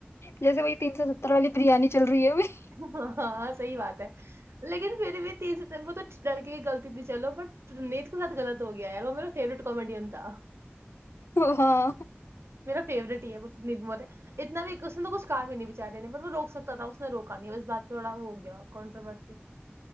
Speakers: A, on the left; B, on the right.
A: جسے ب ت س ستر وال بریانی چل رہی ہے ابھی
B: ہاں ہاں صحی بات ہے لیکن پھر بھی تیس ستمبر تو لڑکی کی غلط تھی چلو بٹ نت کے ساتھ غلط ہو گیا ار وہ میرا فیوریٹ کامیڈیین تھا
A: ہاں
B: فیورٹ ہی ہیں اتنا بھی اس نے کچھ کہا بھی نہیں بیچارے نے وہ روک سکتا تھا اس نے روک کانیوز بات تھوا ہو گیا کنٹرومرسی